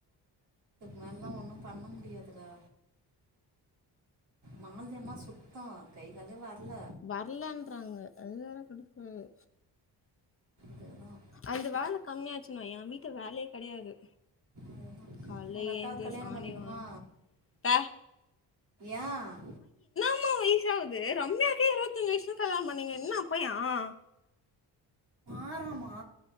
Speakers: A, on the right; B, on the left.
A: மேல்லாம் ஒண்ணும் பண்ண முடியாதுடா மால்தியம்மா சுத்தம் கை காலே வர்ல
B: வர்லன்றாங்க அது வேற கடுப்பாகுது
A: அதுதான்
B: அந்த வேலை கம்மியாச்சுன்னா என் வீட்டு வேலையே கிடையாது
A: அதுதான்
B: காலை
A: உங்கள் அக்காவை
B: ஏந்து
A: கல்யாணம்
B: சாணி
A: பண்ணிடுமா
B: வார்னும் பே
A: ஏன்
B: னம்மா வயசாகுது ரம்யாக்கே இருபத்தஞ்சு வயசு தான் கல்யாணம் பண்ணீங்க என்ன அப்பையான்
A: ஆறாமா